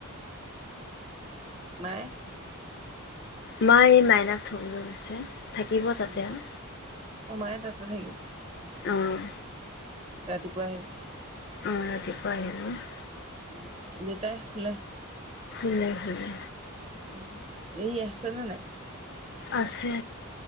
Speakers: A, on the right; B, on the left.
A: মায়ে
B: মাই এই মাইনাক থ'বলে গৈছে থাকিব তাতে
A: উম
B: আৰু
A: অ মায়ে তাতে থাকিব
B: অ'।
A: ৰাতিপুৱা আহিব।
B: অ', ৰাতিপোৱা আহিব।
A: উ', দুটাই শুলে?
B: সোলে, সোলে।
A: উম, এই আছেনে নাই?
B: আছে।